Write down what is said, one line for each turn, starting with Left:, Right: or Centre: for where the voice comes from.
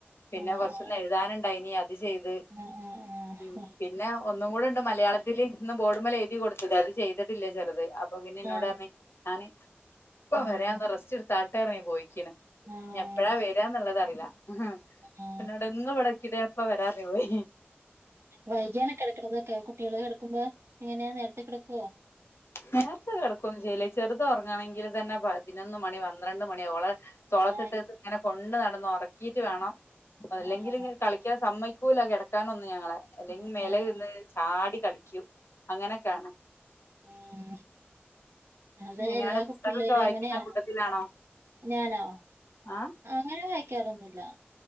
Left: പിന്നെ
Right: ആഹ്
Left: കൊറച്ചൊന്ന് എഴുതാനുണ്ടായിനിയ ഇത് ചെയ്ത്
Right: ആഹ് ആഹ് ആഹ്
Left: ഉം പിന്നെ ഒന്നും കൂടെണ്ട് മലയാളത്തില് ഇന്ന് ബോർഡുമേലെ എഴുതി കൊടുത്തത് അത് ചെയ്തിട്ടില്ല ചെറുത് അപ് അപ്പൊ പിന്നെ എന്നോട്
Right: ആഹ്
Left: പറഞ്ഞ് ഞാന് ഇപ്പം
Right: ആഹ്
Left: വരാന്ന് റെസ്റ്റ് എടുത്താട്ടെ എറങ്ങി പോയിക്കണ്
Right: ആഹ്
Left: ഞ് എപ്പഴാ വരാന്നുള്ളത് അറിയില്ല ഉഹാ
Right: ആഹ്
Left: എന്നോടെന്നും ഇവ്ടെ ക്ക് ദേ ഇപ്പ വരാ ദേപോയി
Right: വൈകിയാണ കെടക്കണതൊക്കെ കുട്ടികള് കെടക്കുമ്പോ എങ്ങനെയാ നേരത്തെ കെടക്കോ
Left: നേരത്തെ കെടക്കോന്നും ചെയ്യില്ല ഈ ചെറുത് ഒറങ്ങാണെങ്കിൽ തന്ന പതിനൊന്ന് മണി പന്ത്രണ്ട് മണിയാവും ഓളെ തോളത്തിട്ട്
Right: ആഹ്
Left: ഇത് ഇങ്ങനെ കൊണ്ട് നടന്ന് ഒറക്കീറ്റ് വേണം അത് അല്ലെങ്കില്
Right: ആഹ്
Left: ഇങ്ങനെ കളിക്കാൻ സമ്മയ് ക്കൂല കെടക്കാനൊന്നു ഞങ്ങളെ. അല്ലെങ്ക്
Right: ആഹ്
Left: മേലെ ഇര്ന്ന് ചാടി കളിക്കും അങ്ങനെയൊക്കെ ആണ്
Right: ഉം അത്
Left: എങ്ങനെയാണ്
Right: എല്ലാ കുട്ടിള്ളേരും
Left: പുസ്തകൊക്കെ വായിക്കുന്ന
Right: അങ്ങനെയാണ്
Left: കൂട്ടത്തിലാണോ
Right: ഞാനോ
Left: ആഹ്
Right: അങ്ങനെ വായിക്കാറൊന്നുല്ല